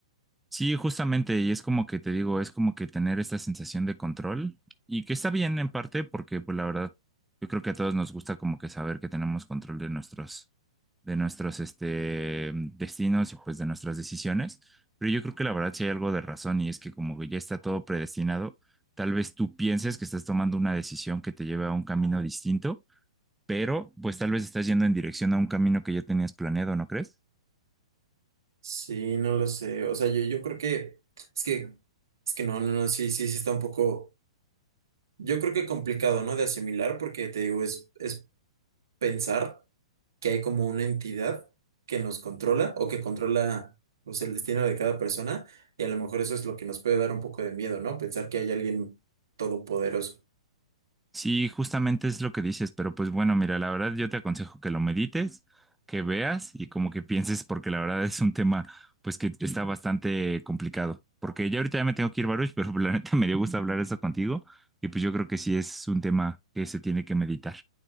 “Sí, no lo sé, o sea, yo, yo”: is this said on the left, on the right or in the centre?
Right